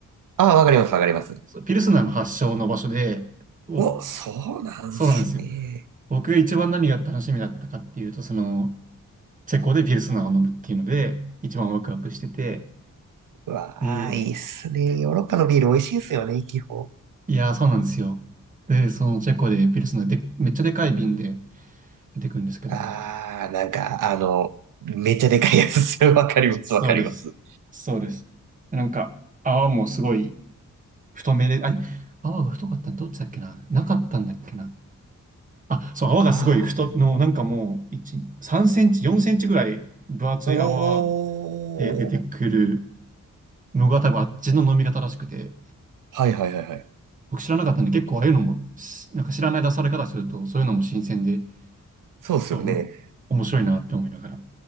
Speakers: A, on the right; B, on the right.
A: あ、わかります、わかります。
B: そうピルスナーの発祥の場所で、お、
A: お、そうなんすね。
B: そうなんですよ。僕が一番何が楽しみだったかっていうと、その、チェコでピルスナーを飲むっていうので、一番ワクワクしてて、
A: うわあ、
B: で、
A: いいっすね。ヨーロッパのビール美味しいっすよね、基本。
B: いやー、そうなんですよ。で、そのチェコでピルスので、めっちゃでかい瓶で出てくるんですけど、
A: ああなんか、あの、めっちゃでかいやつっすよ。<laughs> わかります、
B: そうです。
A: わかります。
B: そうです。なんか泡もすごい太めで、あれ、泡が太かったのどっちだっけななかったんだっけなあ、そう、泡がすごい太、
A: あ
B: の、なんかもう、1、3センチ、4センチぐらい分厚い泡
A: あおー。
B: で出てくるのが多分あっちの飲み方らしくて、
A: はいはいはいはい。
B: 僕知らなかったんで結構ああいうのもし、なんか知らない出され方すると、そういうのも新鮮で、
A: そうっすよね。
B: あ、おも、面白いなって思いながら